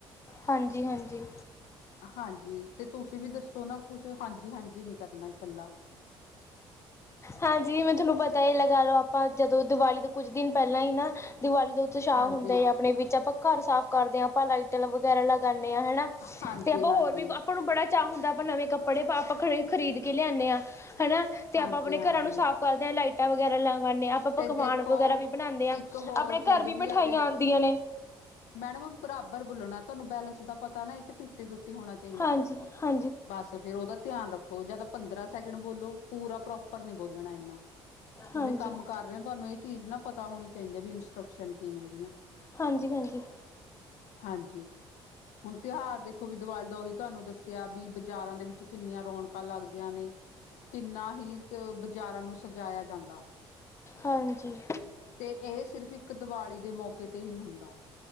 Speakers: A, on the left; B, on the left.
A: ਹਾਂਜੀ- ਹਾਂਜੀ।
B: ਹਾਂਜੀ ਤੇ ਤੁਸੀਂ ਵੀ ਦੱਸੋ ਨਾ, ਕੁਛ ਹਾਂਜੀ -ਹਾਂਜੀ ਨੀ ਕਰਨਾ ਇਕੱਲਾ।
A: ਹਾਂਜੀ ਮੈਂ ਤੁਹਾਨੂੰ ਪਤਾ ਹੀ ਲਗਾ ਲਓ, ਆਪਾਂ ਜਦੋਂ ਦੀਵਾਲੀ ਤੋਂ ਕੁਝ ਦਿਨ ਪਹਿਲਾਂ ਹੀ ਨਾ ਦਿਵਾਲੀ ਤੋਂ ਉਤਸ਼ਾਹ
B: ਹਾਂਜੀ
A: ਹੁੰਦਾ ਏ, ਆਪਣੇ ਵਿੱਚ ਆਪਾਂ ਘਰ ਸਾਫ਼ ਕਰਦੇ ਆ, ਆਪਾਂ ਲਾਈਟਲ ਵਗੈਰਾ ਲਗਾਣੇ ਆ ਹਨਾ।
B: ਹਾਂਜੀ
A: ਤੇ ਆਪਾਂ
B: ਹਾਂਜੀ
A: ਹੋਰ ਵੀ ਆਪਾਂ ਨੂੰ ਬੜਾ ਚਾਅ ਹੁੰਦਾ ਆਪਾਂ ਨਵੇਂ ਕੱਪੜੇ ਆਪਾਂ ਖਰੀ- ਖ਼ਰੀਦ ਕੇ ਲਿਆਣੇ ਆ ਹਨਾ।
B: ਹਾਂਜੀ -ਹਾਂਜੀ।
A: ਨੂੰ ਸਾਫ਼ ਕਰਦੇ ਆਂ ਲਾਈਟਾਂ ਵਗੈਰਾ ਲਗਾਦੇ ਆ। ਆਪਾਂ
B: ਤੇ
A: ਪਕਵਾਨ
B: ਦੇਖੋ
A: ਵਗੈਰਾ ਵੀ ਬਣਾਦੇ ਆ,
B: ਇੱਕ ਹੋਰ
A: ਆਪਣੇ
B: ਚੀਜ਼
A: ਘਰ ਵੀ ਮਿਠਾਈਆਂ
B: ਆ ਦੇਖ
A: ਆਂਦੀਆਂ ਨੇ।
B: ਮੈਡਮ ਬਰਾਬਰ ਬੋਲਣਾ, ਤੁਹਾਨੂੰ ਬੈਲੈਂਸ ਦਾ ਪਤਾ ਨਾ ਏਸ ਚ ਫਿਫਟੀ -ਫਿਫਟੀ ਹੋਣਾ। ਚਾਹੀਦਾ।
A: ਹਾਂਜੀ ਹਾਂ।
B: ਬਸ ਫੇਰ ਉਹਦਾ ਧਿਆਨ ਰੱਖੋ, ਜਦਾ ਪੰਦਰਾਂ ਸੈਕਿੰਡ ਬੋਲੋ ਪੂਰਾ ਪ੍ਰੋਪਰ ਨੀ ਬੋਲਣਾ ਇੰਨਾ। ਤੁਸੀਂ
A: ਹਾਂਜੀ
B: ਕੰਮ ਕਰ ਰਹੇ ਹੋ, ਤੁਹਾਨੂੰ ਇਹ ਚੀਜ਼ ਨਾ ਪਤਾ ਹੋਣੀ ਚਾਹੀਦੀ ਹੈ, ਵੀ ਇੰਸਟਰਕਸ਼ਨ ਕੀ ਨੇ ਇਹਦੀਆਂ।
A: ਹਾਂਜੀ -ਹਾਂਜੀ।
B: ਹਾਂਜੀ। ਹੁਣ ਤਿਉਹਾਰ ਦੇਖੋ ਵੀ ਦੀਵਾਲੀ -ਦੁਵਲੀ ਤੁਹਾਨੂੰ ਦੱਸਿਆ, ਵੀ ਬਾਜ਼ਾਰਾਂ ਦੇ ਵਿੱਚ ਕਿੰਨੀਆਂ ਰੌਣਕਾਂ ਲੱਗਦੀਆਂ ਨੇ। ਕਿੰਨਾ ਹੀ ਤੇ ਬਾਜ਼ਾਰਾਂ ਨੂੰ ਸਜਾਇਆ ਜਾਂਦਾ।
A: ਹਾਂਜੀ।
B: ਤੇ ਇਹ ਸਿਰਫ਼ ਇੱਕ ਦੀਵਾਲੀ ਦੇ ਮੌਕੇ ਤੇ ਹੀ ਹੁੰਦਾ।